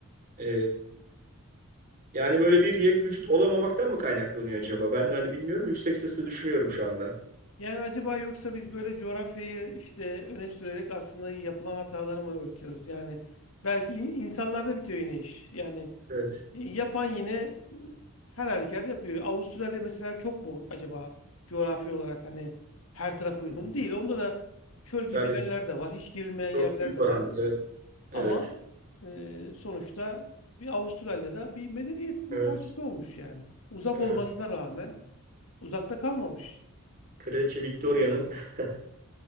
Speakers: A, on the right; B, on the left.
A: E, yani böyle bir yek vücut olamamaktan mı kaynaklanıyor acaba? Ben de hani bilmiyorum. Yüksek sesle düşünüyorum şu anda.
B: Yani acaba yoksa biz böyle coğrafyayı işte öne sürerek aslında yapılan hataları mı örtüyoruz? Yani belki in- insanlarda bitiyor yine iş. Yani
A: Evet.
B: e, yapan yine e, her halükarda yapıyor. Avustralya mesela çok mu acaba coğrafi olarak hani her taraf uygun
A: Hı.
B: değil. Onda da çöl
A: Tabii.
B: gibi yerler de var. Hiç girilmeyen yerler
A: Çok büyük
B: de
A: oranda.
B: var.
A: Evet.
B: Ama
A: Evet.
B: e, sonuçta bir Avustralya'da bir medeniyetin
A: Evet.
B: parçası olmuş yani. Uzak
A: Evet.
B: olmasına rağmen uzakta kalmamış.
A: Kraliçe Victoria'nın <laughs>